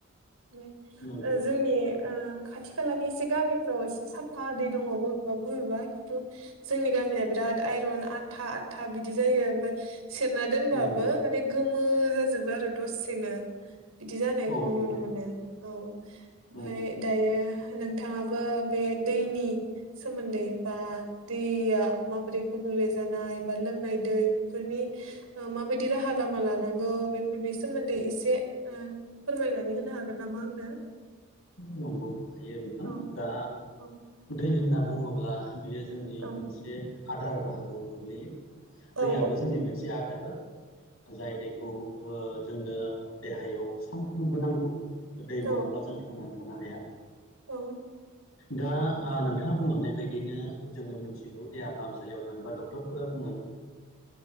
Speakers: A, on the right; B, on the left.
A: ओ
B: नंगौ
A: जोंनि ओ खाथि खालानि एसे गामिफ्राव एसे साफा दैै दङ। बबेबा बबेबा खिन्थु जोंनि गामिया बिरादत आयरन आथा आथ था बिदि जायो ओमफ्राय सेरना दोनबाबो
B: नंगौ
A: माने गोमो जाजोबो आरो दसेनो बिदि जानायखौ
B: औ औ
A: नुनो
B: औ
A: मोनो। औ। ओमफाय
B: नंगौ
A: दायो नोंथाङाबो बे दैनि सोमोन्दै बा दैया माबोरै गुबुंले जानाय बा लोंनाय दै बेफोरनि माबायदि राहा लामा लानांगौ बेफोरनि सोमोन्दै एसे ओ फोरमायनानै होनो हागोन नामा आंनो?
B: नंगौ हायो नोंथां
A: औ
B: दा
A: औ
B: दै होनना बुङोब्ला बियो जोंनि
A: औ
B: मोनसे आदार बाहागोआव गोग्लैयो
A: औ
B: दैयाबो जोंनि मोनसे आदार। जाय दैखौ ओ जोंनो देहायाव सानफ्रोमबो नांगौ। दै
A: औ
B: नङाब्ला जों थांनानै थानो हाया।
A: औ।
B: दा आ नोंथाङा बुंलांनाय बायदियैनो जोङो मिथिगौ देहा फाहामसालियाव थाङोबा डक्टरफोरा बुं
A: <inaudible>